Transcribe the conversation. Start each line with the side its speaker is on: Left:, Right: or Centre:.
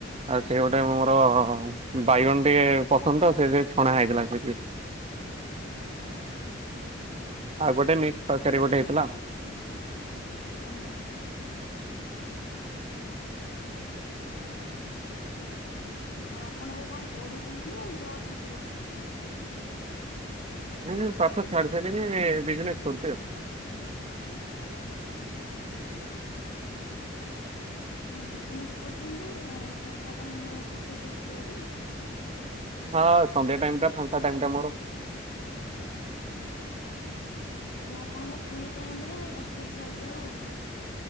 Right: ଆଉ ସିଏ ଗୋଟେ ମୋର ବାଇଗଣ ଟିକେ ପସନ୍ଦ ତ ସେଇଥିପାଇଁ ଛଣା ହେଇଥିଲା ସେଥିରେ।
Left: ଓହୋ ହୋ।
Right: ଆଉ ଗୋଟେ ମିଟ୍ ତରକାରୀ ଗୋଟେ ହେଇଥିଲା।
Left: ଓହୋ। ଏ ଆଉ ଆପଣ ଏବେ କଣ ପଢୁଚନ୍ତି ନା ଜବ କିଛି କରୁଚନ୍ତି?
Right: ମୁଁ ସୋ ପାଠ ଛାଡିସାଇଲିଣି ବିଜିନେସ କରୁଚି ଆଉ।
Left: ଓହୋ ହୋ। ମାନେ ବିଜନେସ୍ କରୁଚନ୍ତି ଏଁ ଫାଙ୍କା ଟାଇମ୍ ମିଳଚି ଫ୍ରି ଫାୟାର୍ ଖଳିବା ପାଇଁ?
Right: ହଁ ସନ୍ଧ୍ୟା ଟାଇମଟା ଫାଙ୍କା ଟାଇମଟା ମୋର।
Left: ଓହୋ ମାନେ ଆପଣଙ୍କୁ ଫ୍ରି ଟାଇମରେ ଫ୍ରି ଫାୟାର ଖେଳିବାକୁ ଭଲ ଲାଗେ।